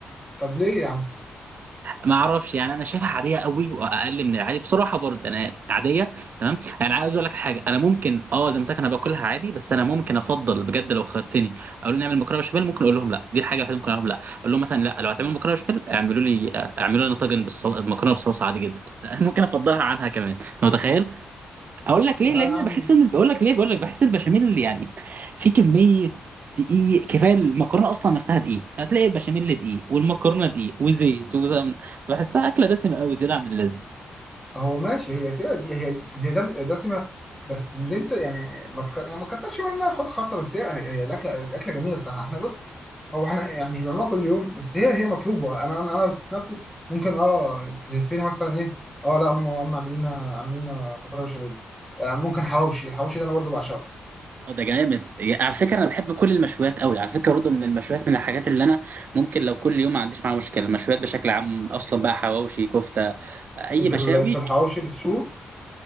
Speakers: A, in the centre; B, on the right.
A: طب ليه يا عم؟
B: ما اعرفش يعني انا شايفها عاديه قوي واقل من العادي بصراحه برضه انا عاديه تمام يعني عايز اقول لك حاجه انا ممكن اه زي ما قلت لك انا باكلها عادي بس انا ممكن افضل بجد لو خيرتني اقول لهم نعمل مكرونه بشاميل ممكن اقول لهم لا دي الحاجه الوحيده ممكن اقول لهم لا اقول لهم مثلا لا لو هتعملوا مكرونه بشاميل اعملوا لي آه، اعملوا لنا طاجن بالصل... مكرونه بصلصه عادي جدا <laughs> ممكن افضلها عنها كمان انت متخيل اقول لك
A: لا
B: ليه لان
A: يا عم
B: بحس ان بقول لك ليه بقول لك بحس البشاميل اللي يعني في كميه دقيق كفايه المكرونه اصلا نفسها دقيق فتلاقي البشاميل دقيق والمكرونه دقيق وزيت وسمن بحسها اكله دسمه قوي زياده عن اللازم
A: هو ماشي هي فيها دي هي هي دم- دسمة بس اللي انت يعني ما تك... يعني ما تكترش منها خد خطة بس هي هي الأكلة الأكلة جميلة الصراحة احنا بص هو احنا يعني مش بنعملها كل يوم بس هي هي مطلوبة أنا أنا أنا في نفسي ممكن اه تهفني مثلا إيه اه لا هم هم عاملين لنا عاملين لنا بكرة بشاميل يعني ممكن حواوشي الحواوشي ده أنا برضو بعشقه
B: اه ده جامد يا- على فكره انا بحب كل المشويات قوي على فكره برضه من المشويات من الحاجات اللي انا ممكن لو كل يوم ما عنديش معاها مشكله المشويات بشكل عام اصلا بقى حواوشي كفته اي
A: انت
B: مشاوي
A: ال... انت الحواوشي بتشوه